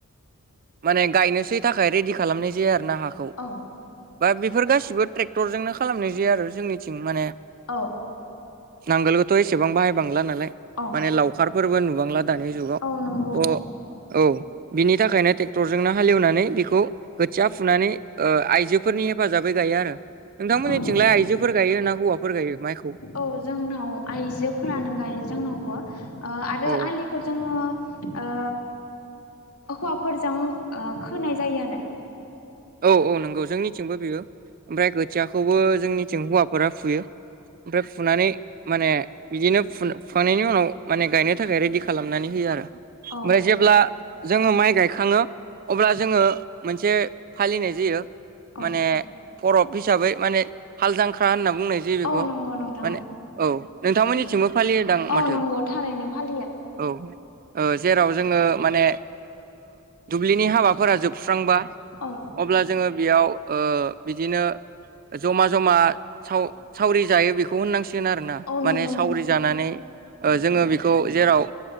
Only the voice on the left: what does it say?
औ
औ
औ
औ नंगौ
औ
औ जोंनाव आइजोफोरानो गायो जोंनावबो आरो
आलिखौ जोङो ओ हौवाफोरजों खोनाय जायो आरो
औ
औ
औ नंगौ नोंथां
औ
औ
नंगौ थारैनो फालियो
औ
औ नंगौ
नोंथां